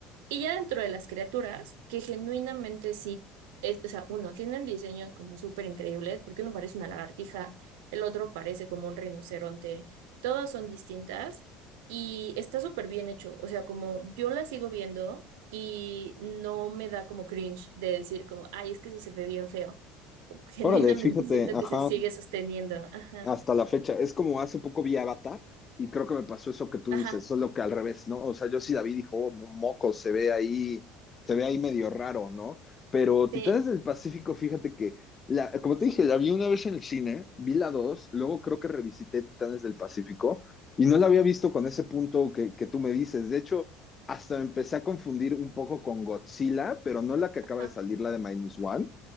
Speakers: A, on the right (about 80°); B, on the left (about 30°).
A: Y ya dentro de las criaturas, que genuinamente sí, es- o sea, uno, tienen diseños como súper increíbles, porque uno parece una lagartija, el otro parece como un rinoceronte, todas son distintas. Y está súper bien hecho, o sea, como yo la sigo viendo y no me da como cringe de decir como, ay, es que eso se ve bien feo. Como que
B: Órale,
A: <laughs>
B: fíjate,
A: genuinamente siento
B: ajá.
A: que se sigue sosteniendo. Ajá,
B: hasta la fecha. Es como hace poco vi Avatar y creo que me pasó eso que tú
A: ajá,
B: dices, solo que al revés, ¿no? O sea, yo sí la vi, dijo, "Oh, moco, se ve ahí, se ve ahí medio raro, ¿no? Pero Titanes
A: Sí,
B: del Pacífico, fíjate que, la, como te dije, la vi una vez en el cine, vi la dos, luego creo que revisité Titanes del Pacífico y no la había visto con ese punto que, que tú me dices. De hecho, hasta empecé a confundir un poco con Godzilla, pero no la que acaba
A: ah,
B: de salir, la de Minus One